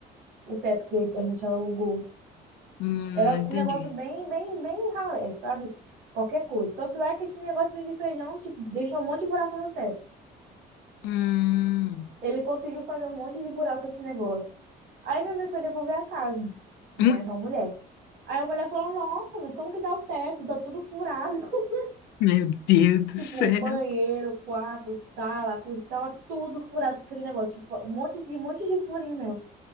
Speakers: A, on the right (about 80°); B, on the left (about 80°).
A: O teto que a gente alugou.
B: Hum,
A: Era
B: não entendi.
A: um negócio bem, bem, bem ralé, sabe? Qualquer coisa. Tanto é que esse negocinho de feijão, tipo, deixou um monte de buraco no teto.
B: Hum.
A: Ele conseguiu fazer um monte de buraco esse negócio. Aí minha mãe foi devolver a casa, né,
B: Hum,
A: pra mulher. Aí a mulher falou: Nossa, mas como que tá o teto? Tá tudo furado. <laughs>
B: Meu Deus do
A: Tipo,
B: céu.
A: banheiro, quarto, sala, coisa, tava tudo furado aquele negócio. Tipo, um monte de, um monte de furinho mesmo.